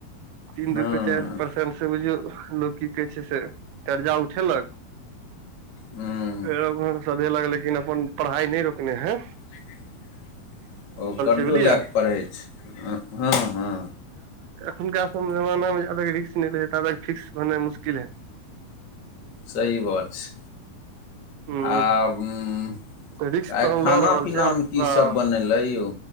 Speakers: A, on the right (about 85°); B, on the left (about 65°).
A: तीन
B: हँ
A: रुपए चैर
B: हँ
A: परसेंट से बुझियौ लोक की कहै छै से कर्जा उठेलक
B: हँ
A: फेरो सदेहलक लेकिन अपन पढ़ाइ नै रोकने हे
B: लेकिन ओ कर्जो
A: छै बुझलियै
B: लए क पढ़ै छै हँ हँ हँ
A: हुनका सब जवाना मे जाबे रिस्क नय लय हे ताबे फिकस भेनाई मुशकिल हे
B: सही बात छै
A: हूँ
B: आब ऊ
A: तऽ रिक्स
B: आइ
A: तहन
B: खाना
A: लऽ रहल
B: पीना
A: छै
B: मे की
A: आ
B: सभ बनल ए यौ